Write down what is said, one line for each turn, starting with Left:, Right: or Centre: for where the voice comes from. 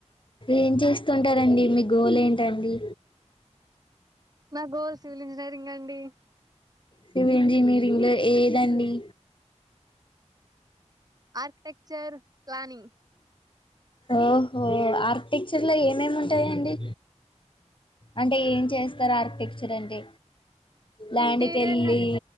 Left: ఏం చేస్తుంటారండి మీ గోల్ ఏంటండి
Right: నా గోల్ సివిల్ ఇంజనీరింగ్ అండీ
Left: సివిల్ ఇంజినీరింగ్ లో ఏదండీ
Right: ఆర్క్ టెక్చర్ ప్లానింగ్
Left: ఓహో ఆర్క్ టెక్చర్ లో ఏమేమి ఉంటాయండి అంటే ఏం చేస్తారు ఆర్క్ టెక్చర్ అంటే ల్యాండ్
Right: ఇంటీరియర్
Left: కెళ్ళీ
Right: న